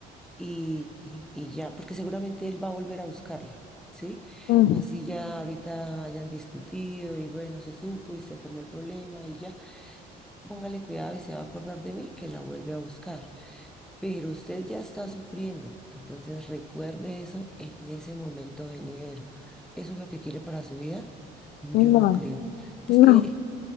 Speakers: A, in the centre; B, on the left.
A: y, y- y ya, porque seguramente él va a volver a buscarla, ¿sí?
B: Mm,
A: Así ya ahorita hayan discutido y bueno, se supo y se formó el problema y ya. Póngale cuidado y se va a acordar de mí que la vuelve a buscar. Pero usted ya está sufriendo, entonces recuerde eso en ese momento venidero. ¿Eso es lo que quiere para su vida? Yo
B: No,
A: no creo. Es
B: no,
A: que